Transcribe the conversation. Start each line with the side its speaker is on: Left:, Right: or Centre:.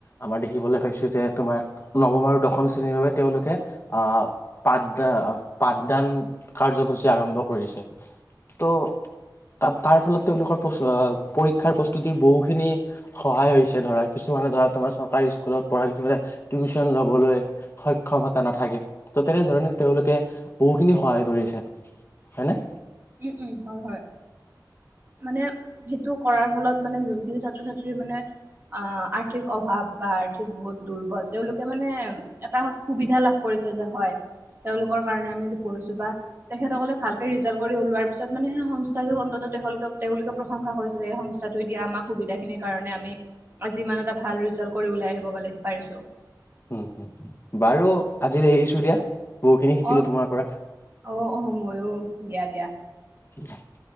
Left: আমাৰ দেখিবলৈ পাইছোঁ যে তোমাৰ নৱম আৰু দশম শ্ৰেণীৰ বাবে তেওঁলোকে আ পাঠদা পাঠদান কাৰ্যসূচী আৰম্ভ কৰিছে। ত' <unintelligible> তাৰ ফলত তেওঁলোকৰ প্ৰচ আ, পৰীক্ষাৰ প্ৰস্তুতিৰ বহুখিনি সহায় হৈছে ধৰা কিছুমানে ধৰা তোমাৰ চৰকাৰী স্কুলত পঢ়া কিছুমানে টিউচন লবলৈ সক্ষমতা নাথাকে, ত' তেনেধৰণে তেওঁলোকে বহুখিনি সহায় কৰিছে। হয়নে?
Right: উম, উম, হয়, হয়। মানে সেইটো কৰাৰ ফলত মানে যোনখিনি ছাত্ৰ ছাত্ৰী মানে আ, আৰ্থিক অভাৱ বা আৰ্থিক বহুত দুৰ্বজ। তেওঁলোকে মানে এটা সুবিধা লাভ কৰিছে যে হয়। তেওঁলোকৰ কাৰণে আমি যি পঢ়িছোঁ বা তেখেত সকলে ভালকে ৰিজাল কৰি ওলোৱাৰ পিছত মানে সেই সংস্থাটোক অন্তত তেখেলোকক তেওঁলোকে প্ৰশংসা কৰিছে যে এই সংস্থাটোৱে দি আমাক সুবিধা খিনিৰ কাৰনে আমি আজি ইমান এটা ভাল ৰিজাল কৰি ওলাই আহিব <unintelligible> পাৰিছোঁ।
Left: উম, বাৰু আজিলে এৰিছো দিয়া, বহুখিনি শিকিলো
Right: অ
Left: তোমাৰ পৰা।
Right: অ', অহ, ময়ো দিয়া দিয়া।
Left: উ <unintelligible>